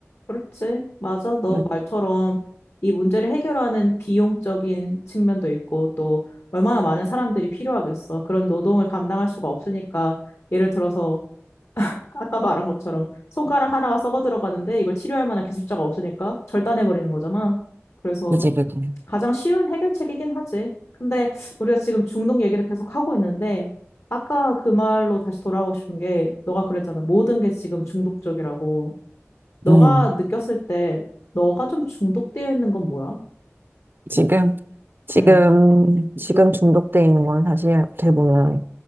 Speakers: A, on the left (about 65°); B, on the right (about 45°).
A: 그렇지. 맞아. 너
B: 그-
A: 말처럼 이 문제를 해결하는 비용적인 측면도 있고 또 얼마나 많은 사람들이 필요하겠어. 그런 노동을 감당할 수가 없으니까 예를 들어서 아까 말한 것처럼 손가락 하나가 썩어 들어가는데 이걸 치료할 만한 기술자가 없으니까 절단해 버리는 거잖아. 그래서
B: 그지 그지.
A: 가장 쉬운 해결책이긴 하지. 근데 우리가 지금 중독 얘기를 계속 하고 있는데, 아까 그 말로 다시 돌아오고 싶은 게, 너가 그랬잖아. 모든 게 지금 중독적이라고. 너가
B: 음
A: 느꼈을 때, 너가 좀 중독되어 있는 건 뭐야?
B: 지금 지금
A: 응.
B: 지금 중독돼 있는 건 사실 어떻게 보면